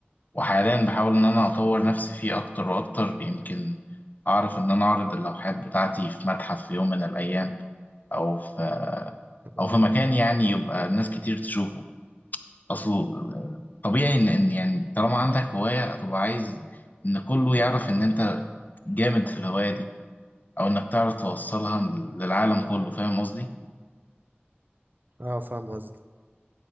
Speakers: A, on the left; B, on the right.
A: وحاليا بحاول ان انا اطور نفسي فيه اكتر واكتر يمكن اعرف ان انا اعرض اللوحات بتاعتي في متحف في يوم من الايام او في آه،
B: اه
A: او في مكان يعني يبقى ناس كتير تشوفه اصل طبيعي ان ان يعني طالما عندك هواية هتبقى عايز ان كله يعرف ان انت جامد في الهواية دي او انك تعرف توصلها للعالم كله فاهم قصدي
B: آه، فاهم قصدك